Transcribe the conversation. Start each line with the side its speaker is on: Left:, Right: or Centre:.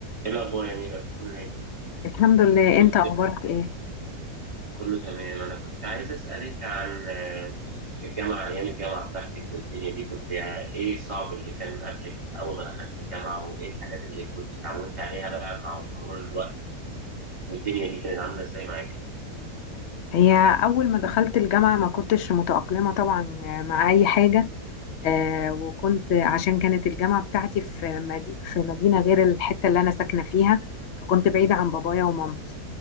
Right: ايه الاخبار يا ميرا عامله ايه
Left: الحمد لله
Right: كنت
Left: انت اخبارك ايه
Right: كله تمام انا كنت عايز اسالك عن آه، الجامعه ايام الجامعه بتاعتك والدنيا دي كنت يعني ايه الصعب اللي كان قبلك اول ما دخلت الجامعه وايه الحاجات اللي كنت اتعودت عليها بقى مع مرور الوقت والدنيا دي كانت عامله ازاي معاك
Left: هي اول ما دخلت الجامعه ما كنتش متاقلمه طبعا مع اي حاجه آه وكنت عشان كانت الجامعه بتاعتي في مدي في مدينه غير الحته اللي انا ساكنه فيها فكنت بعيده عن بابايا ومامتي